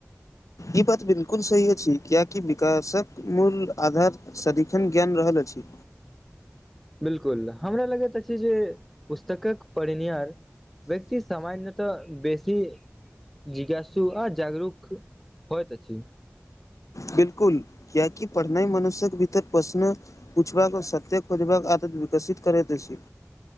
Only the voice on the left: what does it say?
ई बात बिलकुल सही अछि कियाकि विकासक मूल आधार सदिखन ज्ञान रहल अछि
बिलकुल किएकी पढ़नाइ मनुष्य्यकके भीतर प्रश्न पूछबाक सत्य खोजबाक आदत विकसित करैत अछि